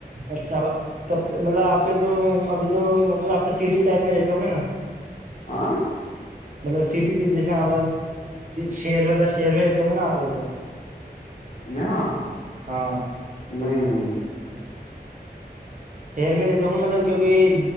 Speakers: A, on the right (about 50°); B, on the left (about 45°).
A: اچھا کب مطلب آپ کے تو ابھی تو مطلب آپ تو سیٹی ٹائپ میں رہتے ہوں گے نا
B: آاں <unintelligible>
A: مطلب سٹی جیسے آپ شہر میںلب شہر میں رہتے ہوں گے نا آپ تو
B: یہاں
A: ہاں
B: نہیں نہیں
A: شیر میں دیتا ہوں گا مطلب کیونکہ